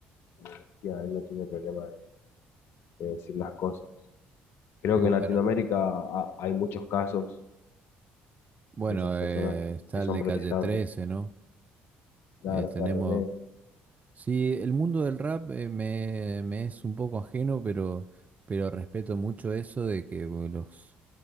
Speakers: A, on the left (about 65°); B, on the right (about 35°).
A: como decía, él no tiene problema de, de decir las cosas. Creo
B: Qué
A: que
B: bueno.
A: en Latinoamérica ha- hay muchos casos
B: Bueno,
A: de esas personas
B: eh,
A: que,
B: está
A: que son
B: el de
A: protestantes.
B: Calle 13, ¿no?
A: Claro,
B: Eh, tenemos
A: está René.
B: Sí, el mundo del rap eh, me, me es un poco ajeno, pero, pero respeto mucho eso de que bueno, los,